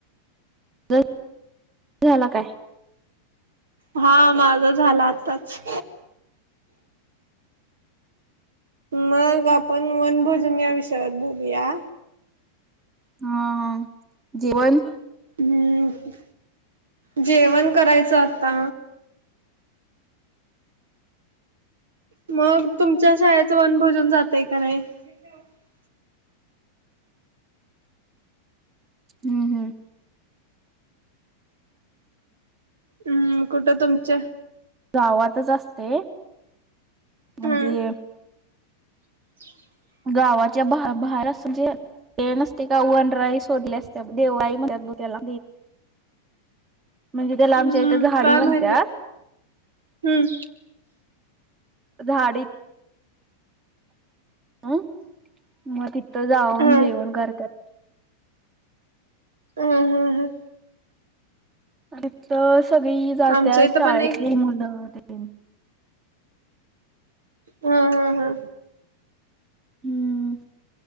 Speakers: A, on the right; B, on the right.
A: ज झाला काय?
B: हा माझा झाला आताच. मग आपण वनभोजन या विषयावर बोलूया.
A: हा हा जेवणं.
B: हम्म जेवण करायचं आता. मग तुमच्या शाळेचं वनभोजन जातयं का नाही? <inaudible>
A: हम्म हम्म.
B: हम्म कुठं तुमचं.
A: गावातचं असते म्हणजे
B: हम्म <inaudible>
A: गावाच्या बा बाहेर असं म्हणजे ते नसते का वनराई सोडले असते देवराई म्हणत्यात त्याला म्हणजे त्याला
B: हम्म
A: आमच्या इथं झाडी
B: काय
A: म्हणतात
B: माहित नाही हम्म.
A: झाडी. ह मग तथथं जाऊन
B: हा
A: जेवण करतात
B: हम हा ह
A: तथ सगळी जात्या
B: आमच्या इथं
A: शाळेतली
B: पण एक
A: मुलं तेन.
B: हा हा हा.
A: हम्म